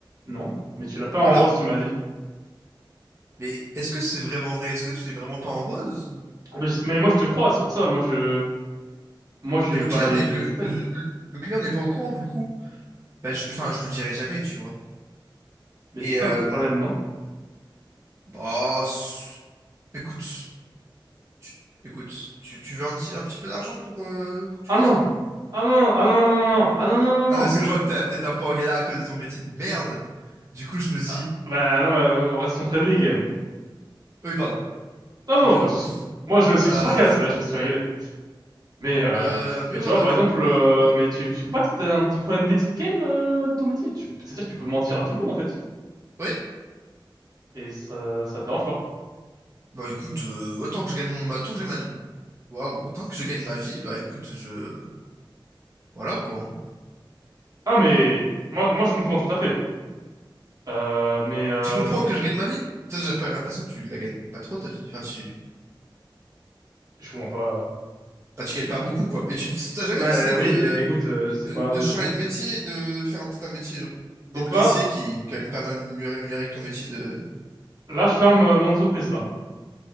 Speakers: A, on the right; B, on the right.
A: Non, mais tu l'as pas
B: Voilà.
A: en rose, tu m'as dit.
B: Mais est-ce que c'est vraiment vrai? Est-ce que je l'ai vraiment pas en rose?
A: Ah, mais, je- mais moi je te crois, c'est pour ça, moi je moi j'ai
B: Mais le
A: pas
B: client
A: les
B: n'est le,
A: détails.
B: le, le client n'est pas au courant du coup. Bah, je, enfin je le dirai jamais tu vois.
A: Mais
B: Et
A: c'est ça
B: euh,
A: le problème, non?
B: bah c'est- écoute, tu, écoute, tu, tu veux un petit un petit peu d'argent pour euh, pour que
A: Ah
B: tu dises
A: non!
B: rien?
A: Ah non, ah non, non, non, ah non, non, non, non.
B: Ah parce que je vois que t'as peut-être un peu en galère à cause de ton métier de merde. Du coup je me dis
A: Ah, bah non, mais on reste son friendly quand même.
B: oui pardon
A: Ah non,
B: évidemment.
A: non, pas de souci. Moi je c'est
B: Euh,
A: du sarcasme, bah, je pense que tu vas rigoler. Mais euh,
B: Euh, mais
A: mais
B: voilà,
A: tu vois par
B: du
A: exemple,
B: coup,
A: euh,
B: euh, ouais.
A: mais tu tu trouves pas que t'as un petit problème d'éthique quand même euh, dans ton métier? Tu- C'est-à-dire que tu peux mentir à tout le monde en fait,
B: Ouais,
A: et ça ça te dérange pas.
B: bah écoute, euh, autant que je gagne mon maton, j'ai ma... Waouh, autant que je gagne ma vie, bah écoute, je... Voilà, quoi. hein.
A: Ah mais moi moi je comprends tout à fait. Euh, mais euh,
B: Tu comprends
A: tu vois,
B: que je gagne ma vie? Putain, J'ai pas- l'impression que tu la gagnes pas trop, ta vie. Enfin, tu...
A: je comprends pas.
B: Bah, tu gagnes pas beaucoup, quoi. Mais tu t'as jamais
A: Bah
B: décidé
A: euh, oui,
B: de,
A: mais écoute, euh, c'est
B: de,
A: pas.
B: de
A: euh,
B: changer
A: j'ai-
B: de métier et de faire un- peut-être un métier, genre,
A: Donc
B: peut-être caissier,
A: là,
B: qui est quand même pas mal mieux rémunéré que ton métier de...
A: là, je ferme
B: Merde.
A: euh, mon entreprise là.